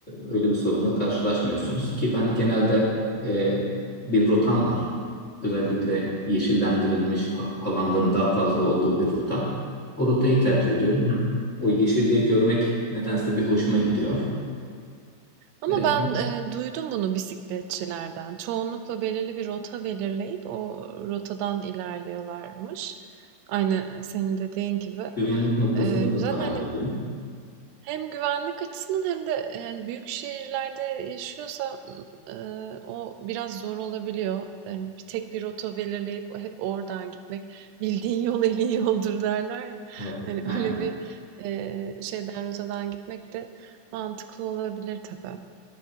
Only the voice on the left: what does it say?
öyle bir sorunla karşılaşmıyorsunuz. Ki ben genelde e, bir rotam var. Özellikle yeşillendirilmiş a- alanların daha fazla olduğu bir rota. O rotayı tercih ediyorum. Hem o yeşilliği görmek nedense bir hoşuma gidiyor.
Ee,
güvenlik noktasında
da
daha
iyi oluyor.
Evet,
aynen.